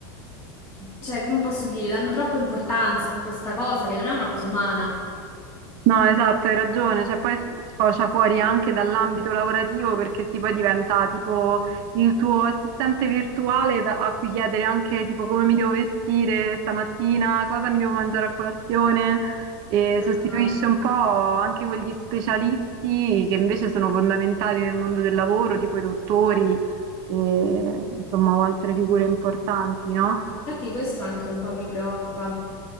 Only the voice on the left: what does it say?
cioè, come posso dire, danno troppa importanza a questa cosa che non è una cosa umana.
Esatto.
Esatto. Infatti questo anche un po' mi preoccupa.